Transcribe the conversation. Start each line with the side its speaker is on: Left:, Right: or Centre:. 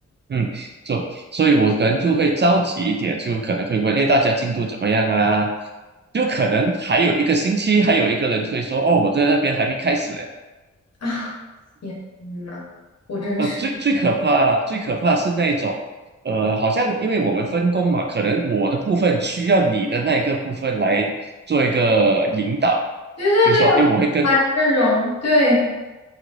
Right: 嗯，所所以，我可能就会着急一点，就可能会问，哎，大家进度怎么样啊？就可能还有一个星期，还有一个人会说，哦，我在那边还没开始呢。
Left: 啊，天呐，我真是。
Right: 呃，最最可怕，最可怕是那一种，呃，好像因为我们分工嘛，可能我的部分需要你的那个部分来做一个引导，
Left: 对对对，
Right: 就是说，
Left: 我烦这种，
Right: 哎，我会跟
Left: 对